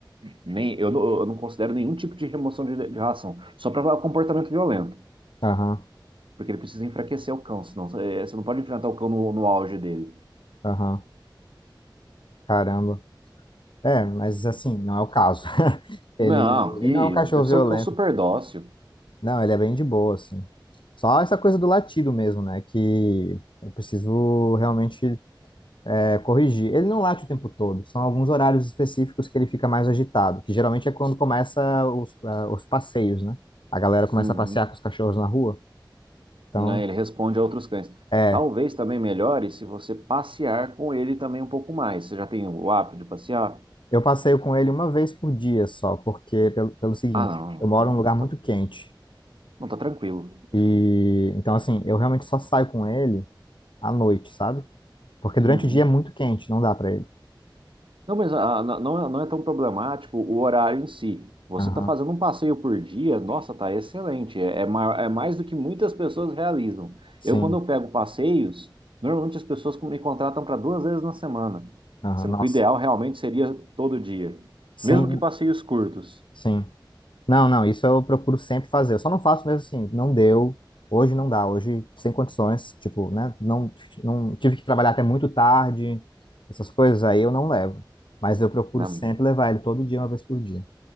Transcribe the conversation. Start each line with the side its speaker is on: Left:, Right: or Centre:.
Right: nem, eu, não- eu não considero nenhum tipo de remoção de, de ração, só para comportamento violento.
Left: Aham,
Right: Porque ele precisa enfraquecer o cão, senão é, você não pode enfrentar o cão no, no auge dele.
Left: aham. Caramba. É, mas assim, não é o caso. <laughs> Ele,
Right: Não,
Left: ele
Right: que
Left: não é um cachorro
Right: deve
Left: violento.
Right: ser um cão super dócil.
Left: Não, ele é bem de boa, assim. Só essa coisa do latido mesmo, né? Que eu preciso realmente é, corrigir. Ele não late o tempo todo, são alguns horários específicos que ele fica mais agitado, que geralmente é quando começa os, ah, os passeios, né? A galera começa
Right: Uhum.
Left: a passear com os cachorros na rua. Então,
Right: Né, Ele responde a outros cães.
Left: É,
Right: Talvez também melhore se você passear com ele também um pouco mais. Você já tem o hábito de passear?
Left: eu passeio com ele uma vez por dia só, porque pelo, pelo seguinte,
Right: Ah, não, então
Left: eu moro num lugar muito
Right: tá,
Left: quente.
Right: não tá tranquilo.
Left: E então assim, eu realmente só saio com ele à noite, sabe? Porque durante
Right: Uhum.
Left: o dia é muito quente, não dá pra ele.
Right: Não, mas ah, não, não é não é tão problemático o horário em si. Você
Left: Aham.
Right: está fazendo um passeio por dia, nossa, tá excelente. É, é, ma- é mais do que muitas pessoas realizam.
Left: Sim.
Right: Eu, quando eu pego passeios, normalmente as pessoas me contratam para duas vezes na semana,
Left: Aham.
Right: sendo
Left: Nossa.
Right: que o ideal realmente seria todo dia,
Left: Sim,
Right: mesmo que passeios curtos.
Left: sim. Não, não, isso eu procuro sempre fazer. Eu só não faço mesmo assim, não deu. Hoje não dá, hoje sem condições, tipo, né? Não, não tive que trabalhar até muito tarde, essas coisas aí eu não levo. Mas eu procuro
Right: Né?
Left: sempre levar ele todo dia, uma vez por dia.